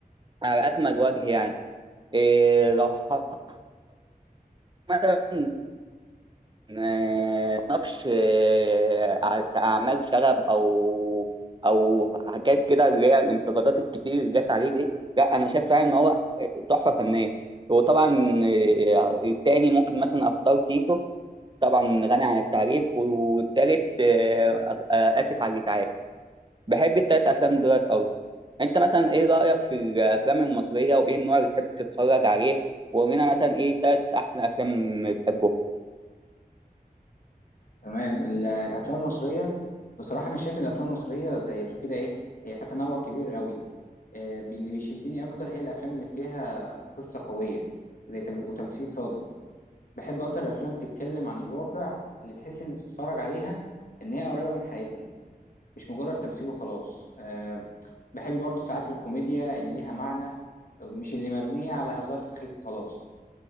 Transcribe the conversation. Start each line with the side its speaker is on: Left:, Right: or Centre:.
Right: على اكمل وجه يعني إيه لو حطيت مثلا آه، معرفش آه، ع- كأعمال شغب أو أو حاجات كده اللي هي الانتقادات الكتير اللي جت عليه دي لا أنا شايف فعلا إن هو تحفة فنية وطبعا آه، التاني ممكن مثلا أختار تيتو طبعا غني عن التعريف والتالت آه، آه، آسف على الإزعاج بحب التلات افلام دولت قوي انت مثلا ايه رايك في الافلام المصريه وايه النوع اللي تحب تتفرج عليه وقولنا مثلا ايه تلات احسن افلام بتحبه
Left: تمام ال- الافلام المصريه بصراحه انا شايف ان الافلام المصريه زي ما بتقول كده ايه هي فيها تنوع كبير قوي آه، اللي بيشدني اكتر هي الافلام اللي فيها قصه قويه زي تم... وتمثيل صادق بحب اكتر الافلام تتكلم عن الواقع اللي تحس انت بتتفرج عليها ان هي قريبه من حياتنا مش مجرد تمثيل وخلاص آه، بحب برضو ساعات الكوميديا اللي ليها معنى مش اللي مبنيه على هزار سخيف خلاص